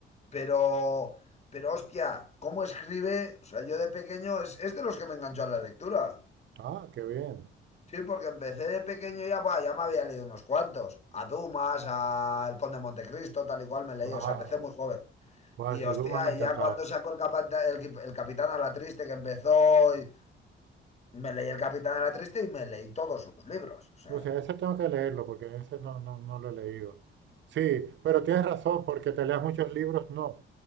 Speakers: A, on the left; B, on the right.
A: Pero, pero hostia, ¿cómo escribe? O sea, yo de pequeño es, es de los que me enganchó a la lectura.
B: Ah, qué bien.
A: Sí, porque empecé de pequeño ya, buah, ya me había leído unos cuantos. A Dumas, a El Conde de Montecristo, tal y cual me leí.
B: Wow.
A: O sea, empecé muy joven.
B: Wow,
A: Y
B: ese
A: hostia,
B: Dumas me encantaba.
A: y ya cuando sacó el, capata- el, qui- el Capitán a la Triste, que empezó, y me leí el Capitán a la Triste y me leí todos sus libros. O sea,
B: O sea, ese tengo que leerlo porque ese no, no, no lo he leído. Sí, pero tienes razón, porque te leas muchos libros, no.